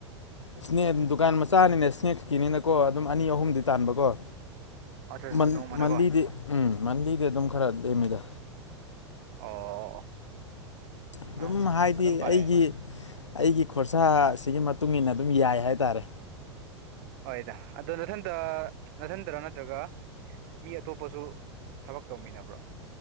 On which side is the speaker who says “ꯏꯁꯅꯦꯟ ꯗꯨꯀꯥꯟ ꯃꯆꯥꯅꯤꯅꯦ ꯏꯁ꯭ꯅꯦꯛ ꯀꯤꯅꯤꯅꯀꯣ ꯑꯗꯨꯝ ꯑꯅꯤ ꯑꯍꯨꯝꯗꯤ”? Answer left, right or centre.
Left